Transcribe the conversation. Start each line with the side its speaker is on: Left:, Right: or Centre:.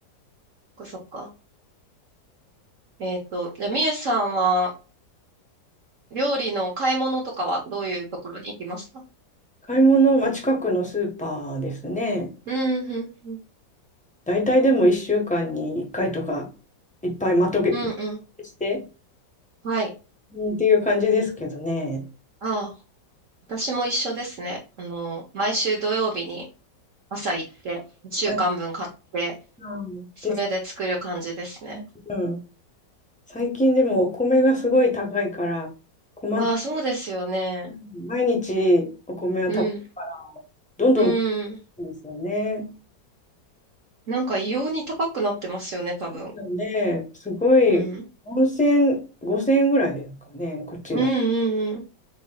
Right: そっかそっか。えっと、じゃあ、みゆさんは、料理の買い物とかはどういうところに行きますか
Centre: 買い物、まあ、近くのスーパーですね。
Right: うん、うん、うん。
Centre: 大体でも1週間に1回とか、いっぱいまとげ
Right: うんうん
Centre: して、
Right: はい。
Centre: うんっていう感じですけどね。
Right: ああ、私も一緒ですね。あの、毎週土曜日に朝行って、一週間分買って、
Centre: はい。うんです
Right: それで作る感じですね。
Centre: ねうん。最近でもお米がすごい高いから、困っ、
Right: ああ、そうですよね。
Centre: うん毎日お米は食べるから、
Right: うん。
Centre: どんどん高
Right: うん。
Centre: いんですよね。
Right: なんか異様に高くなってますよね、多分。
Centre: ですよね。すごい、
Right: うん。
Centre: 4000、5000円ぐらいですかね、こちら。
Right: うんうんうん。